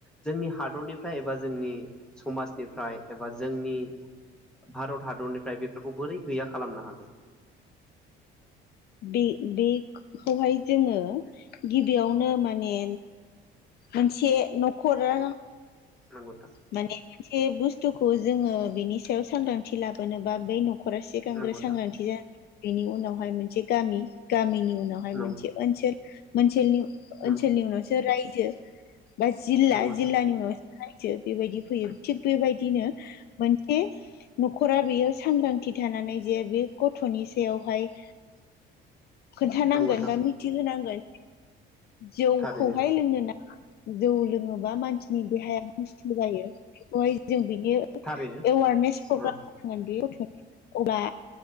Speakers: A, in the centre; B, on the left (about 55°).
A: जोंनि हादरनिफ्राय एबा जोंनि समाजनिफ्राय एबा जोंनि भारत हादरनिफ्राय बेफोरखौ बोरै गैया खालामनो हागोन
B: बे बेखौहाय जोङो गिबियावनो माने मोनसे न'खरा
A: नंगौ नोंथां
B: माने मोनसे बुसथुखौ जोङो बिनि सायाव सांग्रांथि लाबोनोबा बे नखर रा सिगांग्रो
A: नंगौ
B: सांग्रांथि
A: नोंथां
B: जाय़ बेनि उनावहाय मोनसे गामि गामिनि उनावहाय
A: नंगौ
B: मोनसे ओसोल मोनसे ओनसोलनि
A: नंगौ
B: उनावसो रायजो बा जिल्ला
A: नंगौ
B: जिल्लानि
A: नोंथां
B: उनाव रायजो बेबायदि फैयो थिग बेबायदिनो मोनसे न'खरा बेयो सांग्रांथि थानानै जे बे गथ'नि सायावहाय
A: <inaudible>
B: खोन्थानांगोन
A: नंगौ नोंथां
B: बा मिथिहोनांगोन जौखौहाय
A: थारैनो
B: लोंनो नाङा जौ लोङोबा मानसिनि देहाया नस्थ' जायो बेखौहाय जों बिनि
A: थारैनो
B: एवारनेस प्रग्राम
A: औ
B: <unintelligible> अब्ला